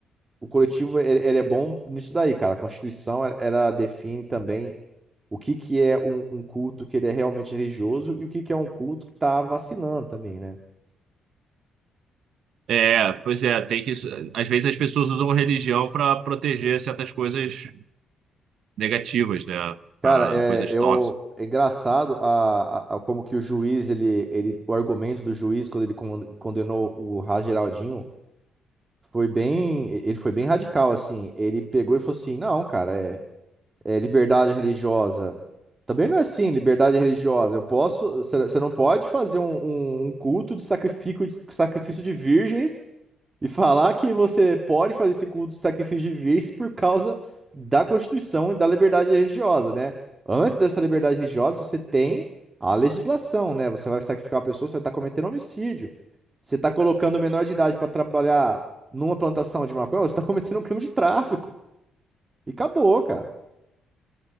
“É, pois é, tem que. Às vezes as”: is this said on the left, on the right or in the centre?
Right